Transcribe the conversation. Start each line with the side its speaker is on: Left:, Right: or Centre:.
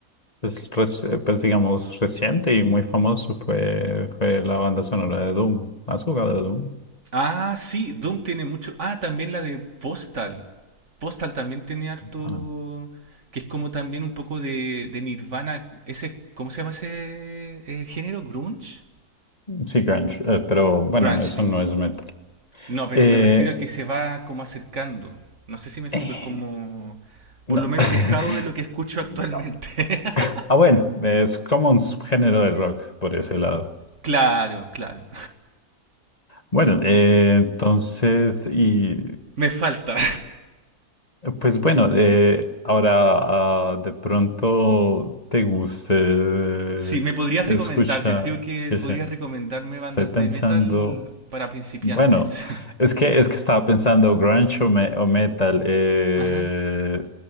Left: pues, reci- eh, pues, digamos, reciente y muy famoso fue, fue la banda sonora de Doom. ¿Has jugado a Doom?
Right: Ah, sí, Doom tiene mucho. Ah, también la de Postal. Postal también tiene harto.
Left: Ah, no.
Right: Que es como también un poco de, de Nirvana. Ese, ¿cómo se llama ese eh, género? ¿Grunge?
Left: Sí, grunge, eh, pero bueno,
Right: Grunge,
Left: no, eso
Right: Disculpe.
Left: no es metal.
Right: No, pero
Left: Eh,
Right: me refiero a que se va como acercando. No sé si me explico,
Left: eh,
Right: es como.
Left: no.
Right: Por lo menos
Left: <laughs>
Right: alejado de lo que escucho actualmente.
Left: No.
Right: <laughs>
Left: Ah, bueno, es como un subgénero del rock por ese lado.
Right: Claro, claro.
Left: Bueno, eh, entonces, y
Right: Me falta.
Left: Pues bueno, eh, ahora ah, de pronto te guste eh,
Right: Sí, me podrías recomendar.
Left: escuchar.
Right: Yo creo que
Left: Sí,
Right: podrías
Left: sí.
Right: recomendarme bandas
Left: Estoy pensando.
Right: de metal para principiantes.
Left: Bueno, es que es que estaba pensando grunge o, me- o metal. eh,
Right: <laughs> Ajá.